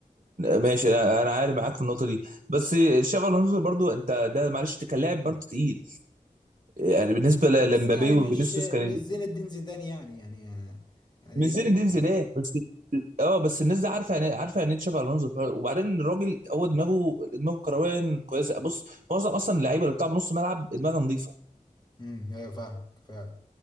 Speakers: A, on the right; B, on the left.
A: ماشي انا أنا عارف معاك في النقطه دي بس شافي الونسو برضو انت ده معلش انت كان لاعب برضو تقيل يعني بالنسبه ل-
B: بس
A: لمبابي
B: يعني
A: وفينيسيوس
B: مش مش
A: كان إيه؟
B: زين الدين زيدان يعني يعني يعني
A: من زين
B: لعيب
A: الدين
B: تقيل
A: زيدان بس اه بس الناس دي عارفه يعني إيه؟ عارفه يعني ايه تشافي الونزو وبعدين الراجل هو دماغه دماغه كرويا كويسه بص معظم اصلا اللعيبه اللي بتلعب نص ملعب دماغها نظيفه
B: امم ايوه فاهمك فعلا